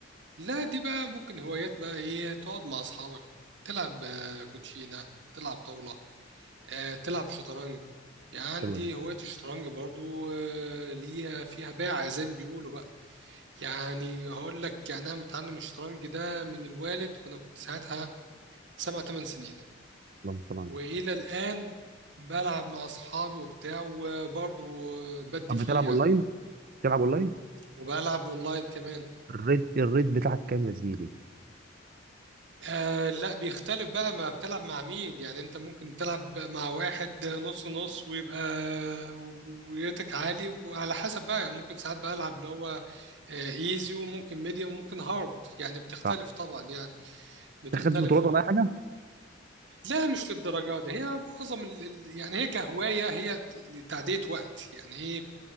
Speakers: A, on the right; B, on the right.
A: لا دي بقى ممكن هوايات بقى ايه تقعد مع اصحابك تلعب آه، كوتشينه تلعب طاوله آه، تلعب شطرنج يعني عندي
B: حلوه دي
A: هوايه الشطرنج برضو آه، ليها فيها باع زي ما بيقولوا بقى يعني هقول لك يعني انا متعلم الشطرنج ده من الوالد وانا كنت ساعتها سبع ثمان سنين
B: اللهم صل على النبي.
A: والى الان بلعب مع اصحابي وبتاع وبرضه بدي
B: طب
A: فيه
B: بتلعب
A: يعني
B: اونلاين بتلعب اونلاين
A: وبلعب اونلاين كمان
B: الريت الريت بتاعك كام يا زميلي
A: آه لا بيختلف بقى ما بتلعب مع مين يعني انت ممكن تلعب مع واحد نص نص ويبقى ويتك عالي وعلى حسب بقى يعني ممكن ساعات بلعب اللي هو ايزي وممكن ميديوم وممكن هارد يعني بتختلف
B: صح
A: طبعا يعني بتختلف
B: ما خدتش بطولات ولا اي حاجه
A: لا مش للدرجة دي هي معظم ال... ال- يعني هي كهواية هي تعدية وقت يعني ايه